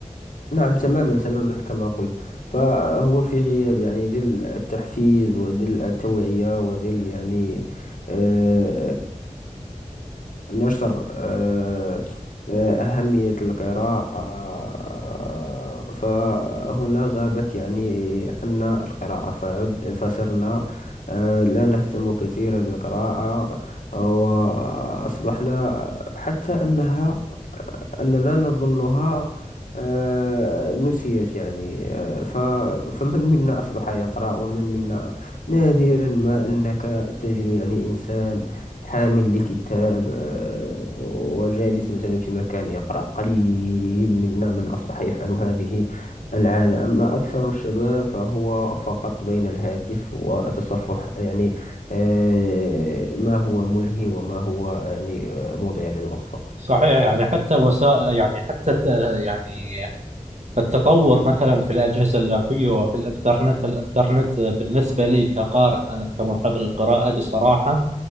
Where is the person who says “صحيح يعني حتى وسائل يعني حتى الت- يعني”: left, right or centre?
Right